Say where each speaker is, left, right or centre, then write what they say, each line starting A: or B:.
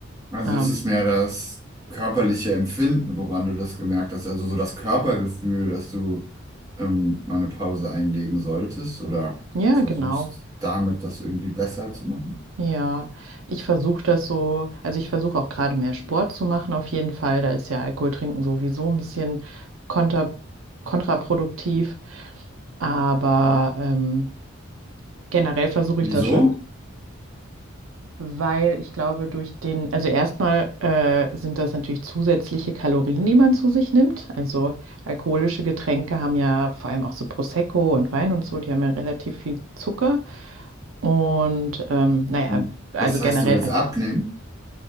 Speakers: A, on the right; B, on the right.
A: Also
B: Ähm,
A: ist es mehr das körperliche Empfinden, woran du das gemerkt hast, also so das Körpergefühl, dass du ähm, mal eine Pause einlegen solltest oder
B: ja,
A: versuchst
B: genau.
A: damit das irgendwie besser zu machen?
B: Ja, ich versuche das so, also ich versuche auch gerade mehr Sport zu machen, auf jeden Fall. Da ist ja Alkohol trinken sowieso ein bisschen konter, kontraproduktiv. Aber ähm, generell versuche
A: Wieso?
B: ich das schon, weil ich glaube, durch den, also erstmal äh, sind das natürlich zusätzliche Kalorien, die man zu sich nimmt. Also alkoholische Getränke haben ja vor allem auch so Prosecco und Wein und so, die haben ja relativ viel Zucker. Und ähm, naja,
A: Und
B: also
A: Das heißt,
B: generell.
A: du willst abnehmen?